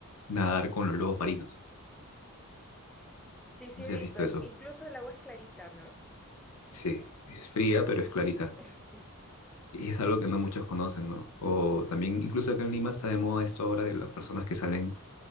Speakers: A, on the left; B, in the centre.
A: nadar con los lobos marinos.
B: Sí, sí
A: No sé
B: he
A: si
B: visto.
A: has visto
B: in-
A: eso.
B: Incluso el agua es clarita, ¿no?
A: Sí, es fría, pero es clarita.
B: <laughs>
A: Y es algo que no muchos conocen, ¿no? O también, incluso acá en Lima está de moda esto ahora de las personas que salen